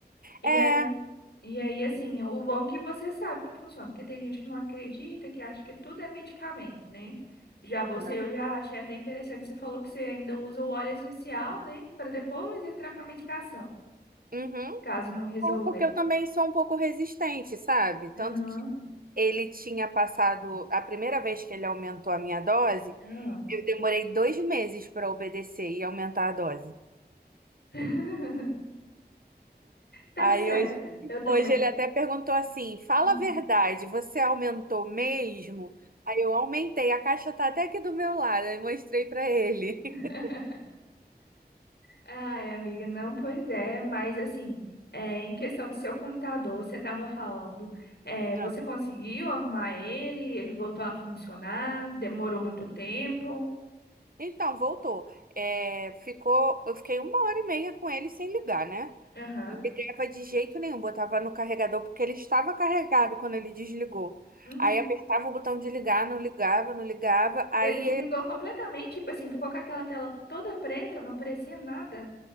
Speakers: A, on the left; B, on the right.
A: E
B: É.
A: aí, e aí, assim, o bom é que você sabe que funciona, porque tem gente que não acredita, que acha que tudo é medicamento, né? Já você,
B: né?
A: eu já achei até interessante, você falou que você ainda usa o óleo essencial, né? Para depois entrar com a medicação,
B: Uhum.
A: caso não
B: É,
A: resolver.
B: Porque eu também sou um pouco resistente, sabe? Tanto
A: Aham.
B: que ele tinha passado, a primeira vez que ele aumentou a minha dose,
A: Ah.
B: eu demorei dois meses para obedecer e aumentar a dose.
A: <laughs> Tá
B: Aí
A: certo,
B: hoje,
A: eu também.
B: hoje ele até perguntou assim: fala
A: Hum.
B: a verdade, você aumentou mesmo? Aí eu aumentei, a caixa tá até aqui do meu lado, aí mostrei pra ele.
A: <laughs>
B: <laughs>
A: Ai, amiga, não, pois é, mas assim, é, em questão do seu computador, você estava falando, é, você
B: Ah,
A: conseguiu arrumar ele? Ele voltou a funcionar? Demorou muito tempo?
B: Então, voltou. É, ficou, eu fiquei uma hora e meia com ele sem ligar, né?
A: Aham.
B: Não ligava de jeito nenhum, botava no carregador porque ele estava carregado quando ele desligou.
A: Uhum.
B: Aí apertava o botão de ligar, não ligava, não ligava. Aí,
A: Ele desligou
B: ele-
A: completamente, tipo assim, ficou com aquela tela toda preta, não aparecia nada.